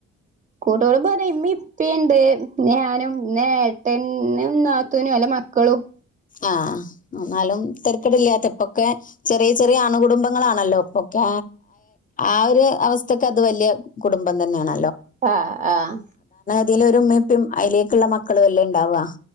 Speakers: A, on the right; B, on the left.
A: കൂട്ടുകുടുംബാർഞ്ഞ ഇമ്മി ഇപ്പിണ്ട് ഞാനും നേട്ടൻന്നും നാത്തൂനും ഒലെ മക്കളും
B: ആ ഒന്നാലും തെര്ക്കെടില്ലാത്ത ഇപ്പൊക്കെ ചെറിയ ചെറിയ അണുകുടുംബങ്ങളാണല്ലോ ഇപ്പൊക്കെ ആ ഒരു അവസ്ഥക്ക് അത് വല്യയ കുടുംബം തന്ന്യാണ്
A: ആഹ് ആഹ്
B: തിലൊരു ഉമ്മേം ഇപ്പിം അയിലേക്കുള്ള മക്കളൊല്ലേ ണ്ടാവ